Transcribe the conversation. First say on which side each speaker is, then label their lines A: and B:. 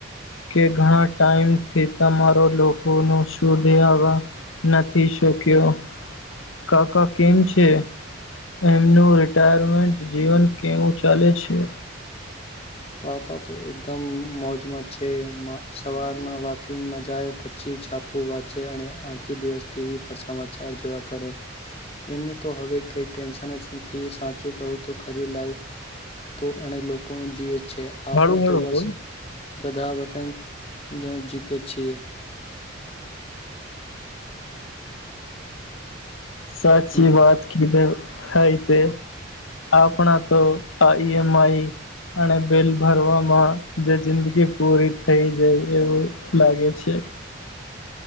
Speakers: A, on the left; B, on the left.
A: કે ઘણા ટાઈમ થી તમારો લોકો ન શુધે નથી શોક્યો, કાકા કેમ છે? એમનું રિટાયરમેન્ટ જીવન કેવું ચાલે છે?
B: પાપા તો એકદમ મોજમાં છે સવારના વોકિંગમાં જાય. છી છાપુ વાંચે અને દિવસ ટીવી પર સમાચાર જોવા કરે, એમને તો હવે કઈ ટેન્શન જ સાચું કું તો ખરી લાઈફ, તો એને લોકો ન જી છે આપણ
A: હળુ
B: તો
A: હળુ
B: બસ,
A: બોલ.
B: બધા વતન જીકે છીએ.
A: સાચી
B: હમ,
A: વાત કધ હ તે. આપણા તો આ ઈ એમ, આઈ અને બિલ ભરવામાં જે જિંદગી પૂરી થઈ જાય એવું. લાગે છે.